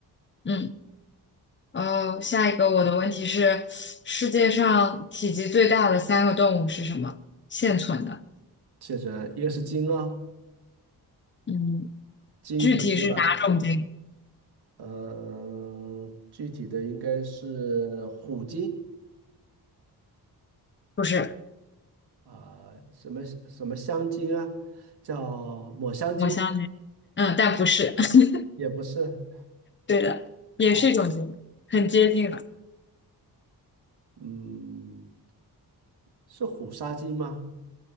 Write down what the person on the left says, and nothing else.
嗯，呃，下一个我的问题是，世界上体积最大的三个动物是什么？现存的。
嗯，
具体是哪种鲸？
不是，
我相信。嗯，但不是。<laughs>
对的，也是一种鲸，
很接近了，